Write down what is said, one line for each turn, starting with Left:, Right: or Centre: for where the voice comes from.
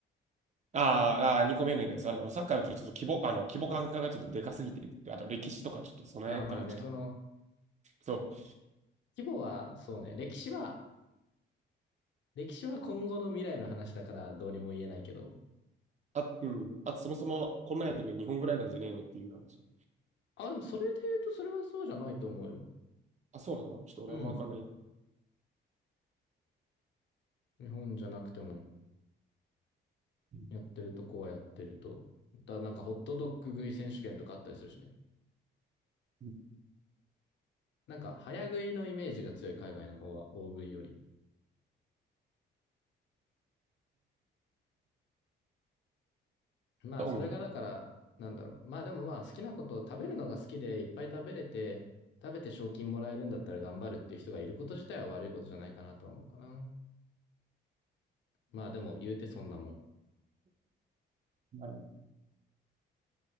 Right: あーあー、二個目の意見です。あの、サッカーだとちょっと規模、あの、規模感がちょっとでかすぎて、あと歴史とかちょっと備えたりした。
Left: ああ、まあね、その、
Right: そう。
Left: 規模は、そうね、歴史は、歴史は今後の未来の話だからどうにも言えないけど。
Right: あ、うん。あと、そもそもこんなんやってるの日本ぐらいなんじゃねえのっていう話。
Left: あ、でもそれで言うとそれはそうじゃないと思うよ。
Right: あ、そうなのちょっと俺はあんまわかんない。
Left: うん。日本じゃなくても、
Right: うん
Left: やってるとこはやってると。だ、なんかホットドッグ食い選手権とかあったりするしね。
Right: うん
Left: なんか、早食いのイメージが強い海外の方は、大食いより。まあ、
Right: と思います。
Left: それがだから、なんだろう。まあ、でもまあ、好きなことを食べるのが好きで、いっぱい食べれて、食べて賞金もらえるんだったら頑張るっていう人がいること自体は悪いことじゃないかなとは思うかな。まあ、でも、言うてそんなもん。
Right: なるほ